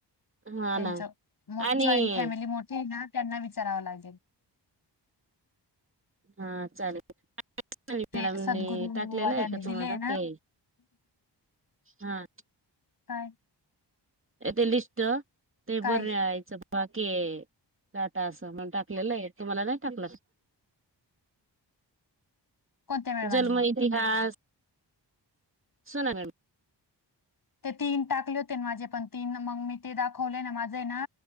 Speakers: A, on the right; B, on the left.
A: हा
B: त्यांच
A: ना आणि
B: जॉईंट फॅमिली मोठी आहे ना त्यांना विचारावं लागेल.
A: हा चालेल. मॅडम
B: ते सद्गुरूवाल्यानी
A: टाकलेलं आहे का तुम्हाला
B: दिलेय ना
A: ते हा.
B: काय?
A: ते तेे लिस्ट ते
B: काय
A: बर नाहीयचं बाकी टाटा असं म्हण टा तुम्हाला नाही टाक
B: कोणत्या मॅडमांनी?
A: ज. इतिहास सोनगण.
B: ते तीन टाकले होते माझे पण तीन मग मी ते दाखवले ना माझं ना.